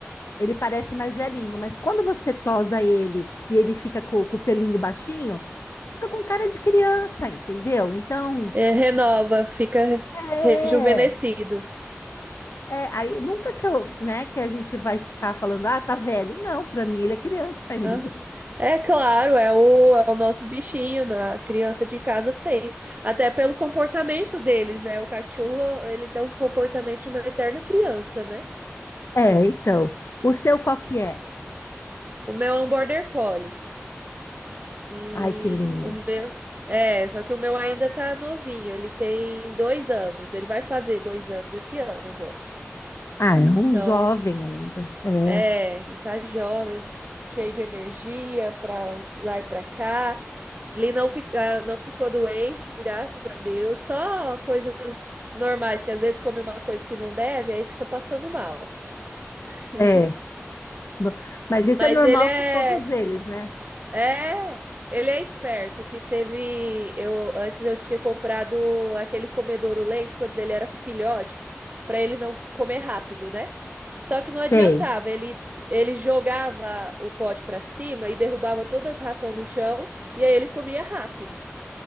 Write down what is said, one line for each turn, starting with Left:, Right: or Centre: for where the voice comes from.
Left: ele parece mais velhinho, mas quando você tosa ele e ele fica com, com o pelinho baixinho, fica com cara de criança, entendeu? Então,
Right: É, renova, fica
Left: É,
Right: rejuvenescido.
Left: é, aí nunca que eu, né, que a gente vai ficar falando, ah, tá velho. Não, pra mim ele é criança <laughs> ainda.
Right: Ah, É claro, é o, é o nosso bichinho, né? A criança de casa sempre. Até pelo comportamento deles, né? O cachorro, ele tem um comportamento de uma eterna criança, né?
Left: É, então. O seu qual que é?
Right: O meu é um border collie. E
Left: Ai, que lindo.
Right: o meu. É, só que o meu ainda tá novinho. Ele tem dois anos. Ele vai fazer dois anos esse ano agora.
Left: Ah, é um
Right: Então,
Left: jovem ainda. É,
Right: É, ele tá jovem, cheio de energia pra lá e pra cá. Ele não, fica, não ficou doente, graças a Deus. Só coisas normais, que às vezes come uma coisa que não deve, aí fica passando mal. <laughs> E-
Left: é. No- Mas isso
Right: Mas
Left: é normal
Right: ele é
Left: com todos eles, né?
Right: É, ele é esperto, que teve, eu antes eu tinha comprado aquele comedouro lento quando ele era filhote, para ele não comer rápido, né? Só que não
Left: Sei.
Right: adiantava, ele ele jogava o pote para cima e derrubava todas as ração no chão, e aí ele comia rápido.